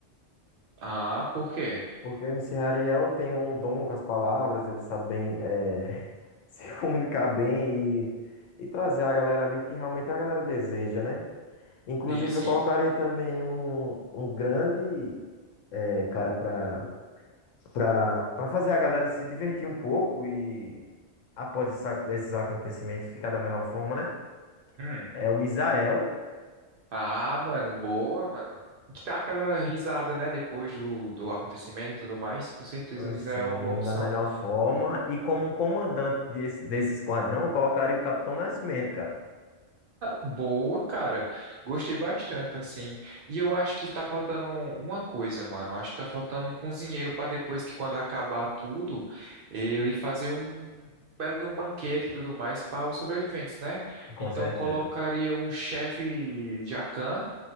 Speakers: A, on the right; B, on the left.
A: Ah, por quê?
B: Porque o MC Ariel tem um dom com as palavras, ele sabe bem eh, <laughs> se comunicar bem e, e trazer a galera ali o que realmente a galera deseja, né? Inclusive,
A: Sim, sim.
B: eu colocaria também um, um grande eh, cara para para fazer a galera se divertir um pouco e, após essa- esses acontecimentos, ficar da melhor forma, né?
A: Hum.
B: É o Misael,
A: Ah, mano, boa, mano. Que dá aquela risada, né? Depois do, do acontecimento e tudo mais. Com certeza o Misa
B: sim,
A: é uma boa opção.
B: da melhor forma. E como comandante desse, desse esquadrão, eu colocaria o Capitão Nascimento, cara,
A: Boa, cara. Gostei bastante, assim. E eu acho que tá faltando uma coisa, mano. Acho que tá faltando um cozinheiro pra depois que quando acabar tudo, ele fazer um um belo de um banquete e tudo mais para os sobreviventes, né?
B: com
A: Então
B: certeza.
A: colocaria o chefe Jacan.